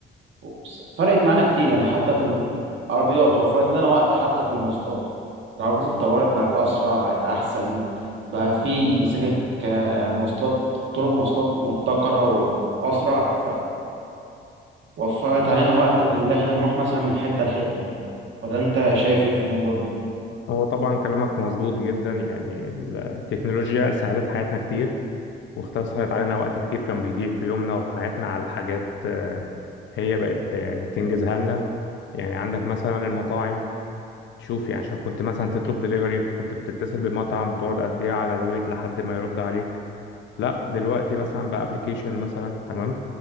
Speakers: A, on the right (about 70°); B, on the left (about 70°).
A: وبس- فرقت معانا كتير يعني حتى في العربيات وفرت لنا وقت حتى في المواصلات العربيات اتطورت بقت اسرع بقت احسن بقى في سكك آه، مواصلات طرق مواصلات مبتكره واسرع وفرت علينا وقت في اللي احنا نروح مثلا من حتة لحتة ولا انت شايف ايه في الموضوع ده
B: هو طبعا كلامك مظبوط جدا يعني التكنولوجيا سهلت حياتنا كتير واختصرت علينا وقت كتير كان بيضيع في يومنا وفي حياتنا على حاجات آه، هي بقت آه، يعني تنجزها لنا يعني عندك مثلا المطاعم شوفي عشان كنت مثلا تطلب دليفري كنت بتتصل بمطعم وتقعد قد ايه على الويت لحد ما يرد عليك لا دلوقتي مثلا بابلكيشن مثلا تمام